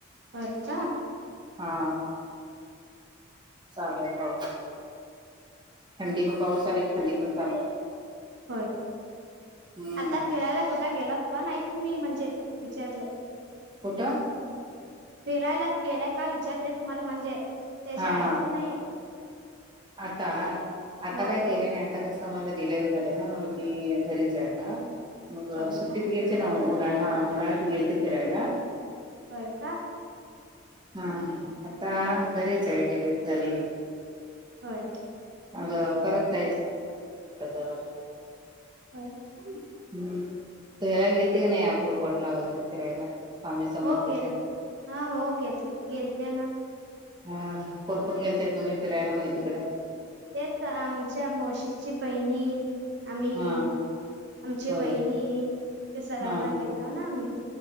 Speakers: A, on the right (about 55°); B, on the right (about 20°).
A: होय का?
B: हा. चालेल हो.. थंडी पण पाऊस आले की थंडी पण चालू होत्या.
A: होय
B: हम्म.
A: आता फिरायला कुठे गेलत का नाही तुम्ही म्हणजे विचारले?
B: कुठ?
A: फिरायला गेलाय का विचारलंय तुम्हाला म्हणजे ते शाळेतून
B: हा हा
A: नाही.
B: आता आता
A: होय
B: काय गेले नाही. आता कस माझ डिलिवरी झालयं, ना मग मी घरीच आहे आता, मग
A: होय
B: सुट्टीत
A: का
B: गेलेत <inaudible> उन्हाळ्यात गेलेते फिरायला.
A: होय काय?
B: हा आता बरीच आहे डिलीट झाली.
A: हो.
B: अग परत <inaudible>
A: हो का?
B: हम्म.. तू ह्याला गेलती का नाही अक्कलकोटला वगैरे फिरायला? स्वामी समर्थच्या
A: हो गेल हा हो घेत गेलते ना.
B: हा कोण कोणी गेलताय तुम्ही फिरायला म्हणजे तिकडे?
A: तेच आमच्या मावशीची बहिणी, आम्ही
B: हा
A: आमची
B: होय
A: वहिनी ते सगळं
B: हा
A: जण गेलताव ना आम्ही.